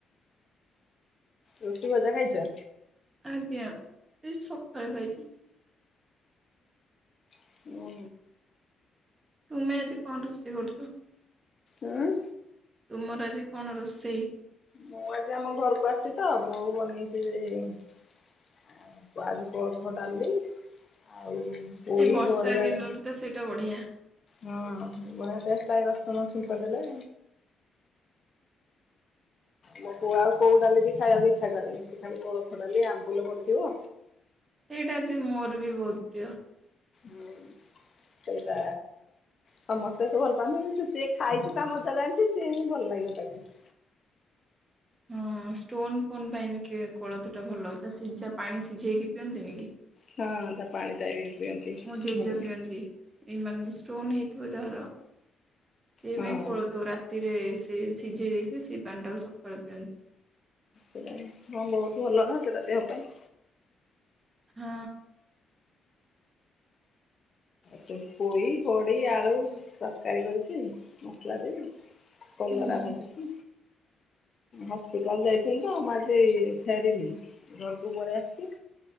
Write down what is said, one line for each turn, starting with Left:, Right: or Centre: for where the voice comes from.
Left: ରୁଟି ଭଜା ଖାଇଚ?
Right: ଆଜ୍ଞା ଏ ସକାଳେ ଖାଇଥିଲି।
Left: ଓହୋ
Right: ତୁମେ ଆଜି କଣ ରୋଷେଇ କରୁଚ?
Left: ଉଁ
Right: ତୁମର ଆଜି କଣ ରୋଷେଇ?
Left: ମୁଁ ଆଜି ଆମ ଘରକୁ ଆସି ତ ବୋଉ ବନେଇଚି ଯେ ଆଉ <unintelligible> କୋଳଥ ଡାଲି ଆଉ ପୋଇ
Right: ଏଇ ବର୍ଷା
Left: ବଢି
Right: ଦିନରେ
Left: ଆଳୁ
Right: ତ ସେଇଟା ବଢିଆ
Left: ହଁ <unintelligible> ପାଇ ରସୁଣ ଛୁଙ୍କ ଦେଲେ। ମୋ ପୁଅ ଆଉ କୋଉ ଡାଲି ବି ମୋ ଛୁଆ ଆଉ କୋଉ ଡାଲି ବି ଖାଇବାକୁ ଇଚ୍ଛା କରେନି ସିଏ ଖାଲି କୋଳଥ ଡାଲି ଆମ୍ବୁଲ ପଡିଥିବ
Right: ବିରିଡାଲି ମୋର ବି ବୋହୁତ ପ୍ରିୟ।
Left: ହୁଁ ସେଇ ପା ସମସ୍ତେ ତ ଭଲ ପାଆନ୍ତିନି ଚୁଚିକି ଖାଇଚି ତା ମଜା ଜାଣିଚି ସିଏ ହିଁ ଭଲ ଲାଗିବ ତାକୁ। <inaudible>
Right: ହଁ ଷ୍ଟୋନ ଫୋନ ପାଇଁ ବି କି କୋଳଥ ଟା ଭଲ ତା ସିଝା ପାଣ ଚିକିି ପିଅନ୍ତିନି କି?
Left: ହଁ ତା ପାଣି ଟା ବି ପିଅନ୍ତି
Right: ମୋ ଜେଜ
Left: ଭଲ।
Right: ପିଅନ୍ତି ଏଇ ମାନେ ଷ୍ଟୋନ ହେଇଥିବ। ଯାହାର ଏହି
Left: ହଁ
Right: ପାଇଁ ପଳଉଥିବ ପୂରା ଥିରେ ସେ ସିଝେଇ ଦେଇକି ସେଇ ପାଣି ଟାକୁ ସକାଳୁ ପିଅନ୍ତି।
Left: ପୂରା ହଁ ବହୁତ ଭଲ ନା ସେଟା ଦେହ ପାଇଁ।
Right: ହଁ
Left: ସେ ପୋଇ ବଡ଼ି ଆଳୁ ତରକାରୀ କରିଚି ମସଲା ଦେଇ। କଲରା
Right: ହୁଁ
Left: ଭାଜିଚି। ହସ୍ପିଟାଲ ଯାଇଥିଲି ତ ମୁ ଆଜି ଫେରିଲି ଘରକୁ ପଳେଇ ଆସଚି।